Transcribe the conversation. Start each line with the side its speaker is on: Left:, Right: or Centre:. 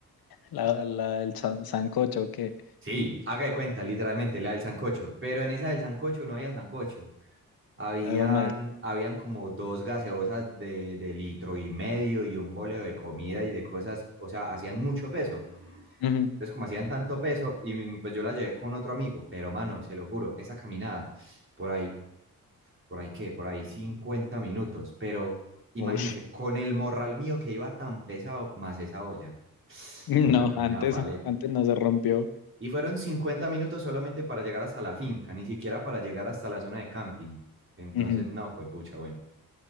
Left: La, la del san- sancocho que.
Right: Sí, haga de cuenta, literalmente, la del sancocho. Pero en esa del sancocho no había sancocho. Habían,
Left: Ay, güey, madre.
Right: habían como dos gaseosas de, de litro y medio y un boleo de comida y de cosas. O sea, hacían mucho peso.
Left: Ujú.
Right: Entonces, como hacían tanto peso, y mm, pues yo la llevé con otro amigo. Pero, mano, se lo juro, esa caminada, por ahí, por ahí qué, por ahí 50 minutos. Pero imagínese,
Left: Ush.
Right: con el morral mío que iba tan pesado, más esa olla.
Left: <laughs> No,
Right: No, esa caminada
Left: antes,
Right: fue
Left: antes no se rompió.
Right: Y fueron 50 minutos solamente para llegar hasta la finca, ni siquiera para llegar hasta la zona de camping. Entonces,
Left: Ujú.
Right: no, fue pucha, bueno.